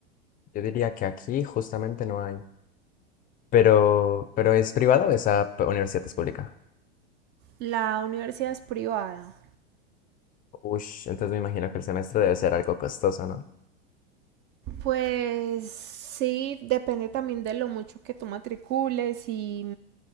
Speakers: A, on the left; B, on the right.
A: yo diría que aquí justamente no hay, pero, pero ¿es privada o esa p- universidad es pública?
B: La universidad es privada.
A: Ush, entonces me imagino que el semestre debe ser algo costoso, ¿no?
B: Pues sí, depende también de lo mucho que tú matricules y,